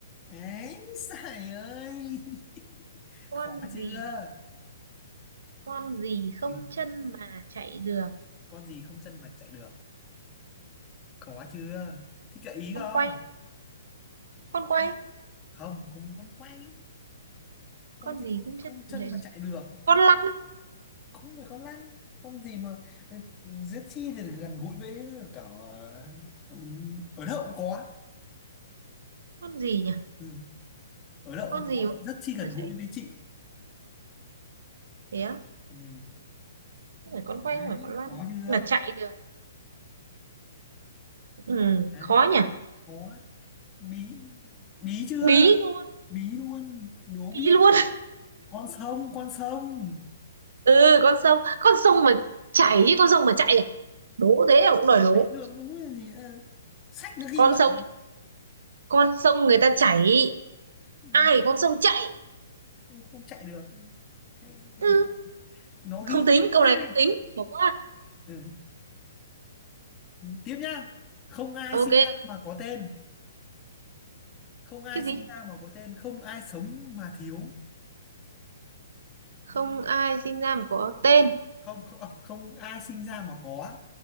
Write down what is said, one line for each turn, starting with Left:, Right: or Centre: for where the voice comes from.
Left: ấy sải ơi <laughs>
Right: Con
Left: khó chưa
Right: gì, con gì không
Left: ừ.
Right: chân mà chạy được?
Left: con gì không chân mà chạy được khó chưa thích gợi ý
Right: Con
Left: không
Right: quay, con quay.
Left: con không không con quay con
Right: con
Left: gì
Right: gì
Left: không,
Right: cũng
Left: không
Right: chân
Left: chân
Right: mà chạy
Left: mà chạy được
Right: con lăn
Left: không phải con lăn con gì mà rất chi thì gần gũi với cả ờ, ở đậu cũng có
Right: con gì nhỉ
Left: ừ. ở đậu
Right: con
Left: cũng
Right: gì
Left: có
Right: cũng chân
Left: rất chi gần
Right: mà
Left: gũi
Right: chạy
Left: với chị
Right: thế á
Left: ừ.
Right: không phải con
Left: đấy
Right: quay không phải con lăn
Left: khó chưa
Right: là chạy được ừ,
Left: đấy
Right: khó nhỉ
Left: khó bí bí chưa
Right: bí luôn
Left: bí luôn đố
Right: bí
Left: biết
Right: luôn
Left: con sông con sông
Right: <laughs> ừ con sông con sông mà chảy chứ con sông mà chạy à đố thế là cũng đòi đố
Left: chạy được đúng là gì nữa. sách nó ghi
Right: con
Left: vậy
Right: sông con sông người ta chảy
Left: Ừ,
Right: ai con sông chạy
Left: không không chạy được hay, hay.
Right: ừ,
Left: nó ghi
Right: không tính
Left: sách
Right: câu
Left: hai
Right: này không tính bỏ qua
Left: ừ. tiếp nhá không ai
Right: ok
Left: sinh ra mà có tên không ai
Right: cái
Left: sinh
Right: gì
Left: ra mà có tên không ai sống mà thiếu
Right: không ai sinh ra mà có tên
Left: không không à, không ai sinh ra mà có